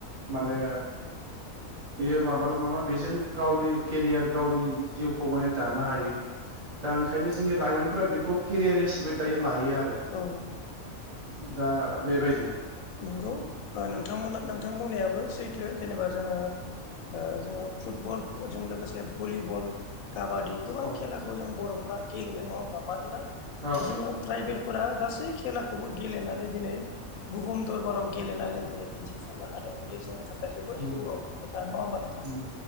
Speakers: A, on the right; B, on the left.
A: माने बेयो माबल' नङा बेजों गावनि केरियार गावनि जिउखौ माने दानो हायो। दा ओंखायनो जोंनि लाइमोनफोरा बेखौ केरियार हिसाबै दायो लायो आ
B: औ।
A: दा बेबायदि
B: नंगौ नोंथांमोना नोंथां बुंनायाबो सैथो जेनेबा जोङो जोङो फुटबल फोरजों लोगोसे भलिबल काबादि गोबां
A: औ
B: खेलाखौ जों बर'फ्रा गेलेयो नङा होमबा मानोना
A: औ
B: जोङो ट्राइबेल फोरा गासै खेलाखौबो गेलेनानै दिनै बुहुम दरबाराव गेलेनानै दिनै दिन्थिफुंनो हादों बेयो जोंनि थाखाय जोबोर
A: उम
B: गौरब खोथा नंङा होनबा नोंथां
A: उम